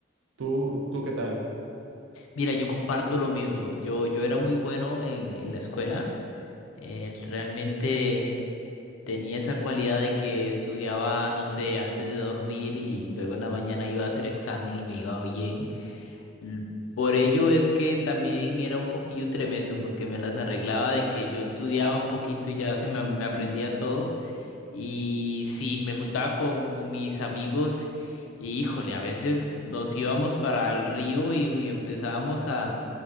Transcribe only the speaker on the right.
¿Tú, tú qué tal?